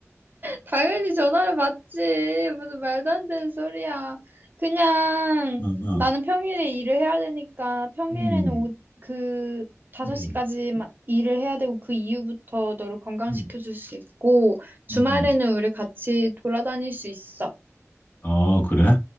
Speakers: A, on the right; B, on the left.
A: 당연히 전화를 받지. 무슨 말도 안 되는 소리야. 그냥
B: 어, 어.
A: 나는 평일에 일을 해야 되니까 평일에는
B: 음.
A: 오, 그 5시까지
B: 음.
A: 일을 해야 되고 그 이후부터 너를 건강시켜
B: 음.
A: 줄 수 있고 주말에는
B: 음.
A: 우리 같이 돌아다닐 수 있어.
B: 어, 그래?